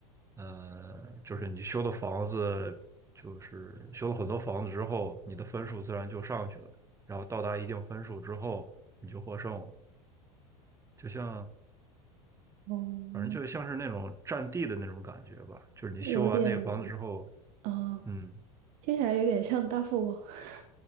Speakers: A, on the right; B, on the right.
A: 呃，就是你修的房子，就是修了很多房子之后，你的分数自然就上去了，然后到达一定分数之后，你就获胜了，就像，
B: 哦，
A: 反正就像是那种占地的那种感觉吧，就是你修完那个房子之后。
B: 有点，呃，
A: 嗯，
B: 听起来有点像大富翁。<laughs>